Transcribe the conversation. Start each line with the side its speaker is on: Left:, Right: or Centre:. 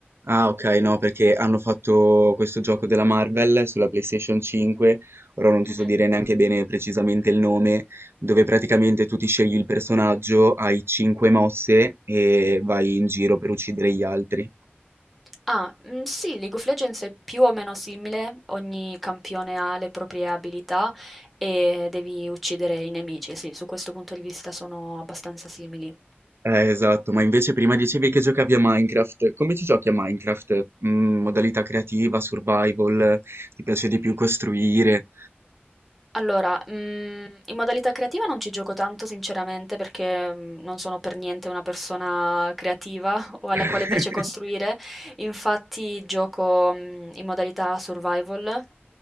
Right: Ah, ok, no, perché hanno fatto questo gioco della Marvel sulla PlayStation 5, ora non ti
Centre: Mh-mh.
Right: so dire neanche bene precisamente il nome, dove praticamente tu ti scegli il personaggio, hai 5 mosse e vai in giro per uccidere gli altri.
Centre: Ah, mhmm, sì, League of Legends è più o meno simile, ogni campione ha le proprie abilità e devi uccidere i nemici. Sì, su questo punto di vista sono abbastanza simili.
Right: Eh, esatto, ma invece prima dicevi che giocavi a Minecraft. Come ci giochi a Minecraft? Mm, modalità creativa, survival, ti piace di più costruire?
Centre: Allora, mhmm, in modalità creativa non ci gioco tanto sinceramente perché, mhmm, non sono per niente una persona creativa <laughs> o alla
Right: <laughs>
Centre: quale piace costruire. Infatti gioco, mhmm, in modalità survival